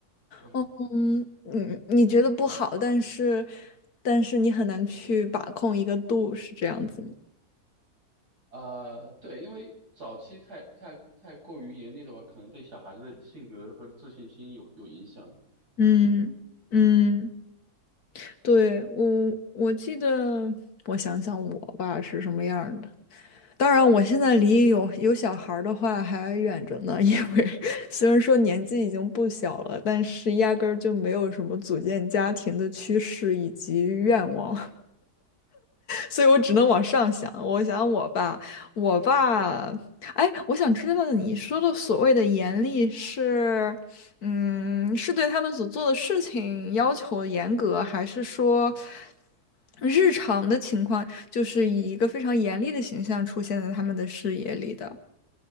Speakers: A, on the right; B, on the left.
A: 对。
B: 哦，嗯，你你觉得不好，但是但是你很难去把控一个度，是这样子吗？
A: 呃，对，因为早期太太太过于严厉的话，可能对小孩子的性格和自信心有有影响。
B: 嗯嗯。对，我我记得，我想想我吧是什么样儿的。当然，我现在离有有小孩儿的话还远着呢，因为 <laughs> 虽然说年纪已经不小了，但是压根儿就没有什么组建家庭的趋势以及愿望。所以我只能往上想。我想我爸，我爸，哎，我想知道你说的所谓的严厉是，嗯，是对他们所做的事情要求严格，还是说日常的情况就是以一个非常严厉的形象出现在他们的视野里的？